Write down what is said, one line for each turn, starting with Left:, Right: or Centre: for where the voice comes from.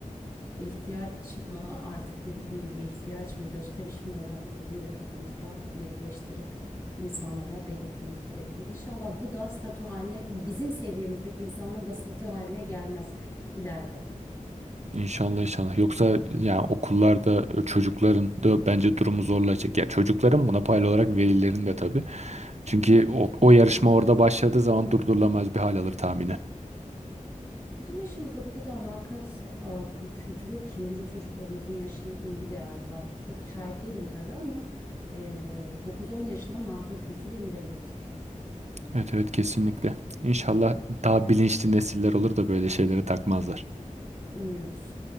Left: İhtiyaç mı artık dediğim gibi ihtiyaç mı gösteriş mi olanı bizim de kafamızda netleştirip insanlara belirtmemiz gerekiyor. İnşallah bu da statü haline bizim seviyemizdeki insanların da statü haline gelmez ileride.
Right: İnşallah inşallah. Yoksa yani okullarda çocukların da bence durumu zorlayacak. Ya çocukların buna paylı olarak velilerin de tabii. Çünkü o, o yarışma orada başladığı zaman durdurulamaz bir hal alır tahminen.
Left: Bizim yaşımızda bu kadar marka se- a, bu kültürü yok. Şimdi bizim çocuklarımızın yaşına indi galiba. Çok şahit değilim tabii ama e, 9-10 yaşına marka kültürü indi evet.
Right: Evet evet kesinlikle. İnşallah daha bilinçli nesiller olur da böyle şeylere takmazlar.
Left: Umuyoruz.